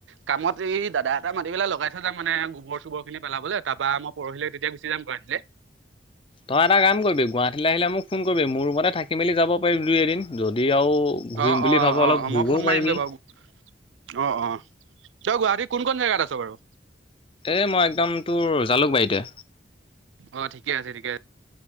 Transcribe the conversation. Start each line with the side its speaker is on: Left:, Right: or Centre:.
Right: কামত এই দাদা এটা মাতি পেলাই লগাই থৈ যাম মানে, গোবৰ চোবৰ খিনি পেলাবলৈ তাৰপৰা আম পৰহিলৈ তেতিয়া গুচি যাম তেতিয়া গুৱাহাটীলে।
Left: তই এটা কাম কৰিবি গুৱাহাটীলৈ আহিলে মোক ফোন কৰিবি, মোৰ ৰুমতে থাকি মেলি যাব পাৰি দুই এদিন যদি আৰু ঘূৰিম
Right: অ',
Left: বুলি
Right: অ',
Left: ভাব
Right: অ',
Left: অলপ
Right: অ'মই
Left: ঘূৰিবও
Right: ফোন
Left: পাৰিবি
Right: মাৰিমগৈ বাৰু। অ', অ', তই গুৱাহাটী কোন কন জেগাত আছ বাৰু?
Left: এ, মই একদম তোৰ জালুকবাৰীতে।
Right: অ', ঠিকে আছে ঠিকে আছ